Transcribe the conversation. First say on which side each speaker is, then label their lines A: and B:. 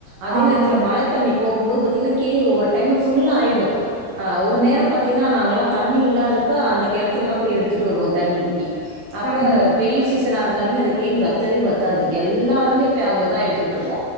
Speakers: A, on the right; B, on the right.
A: அதே
B: ஆமா
A: நேரத்துல மழ தண்ணி போகுபோது பாத்தீங்கனா கேணி ஒவ்வொரு டைம்ல ஃபுல்லா ஆயிடு ஆ ஒரு
B: ம்
A: நேர பாத்தீங்கனா நாங்கலா தண்ணி இல்லாதப்ப அந்த கெணத்துலதா போய் எடுத்துட்டு வருவோ தண்ணிக்கி அப்ப
B: ம்
A: வெயில் சீசனா இருந்தாலுமே அந்த கேணி வத்தவே வத்தாது எல்லாருமே போய் அங்கதா எடுத்துக்கிட்ருக்கோ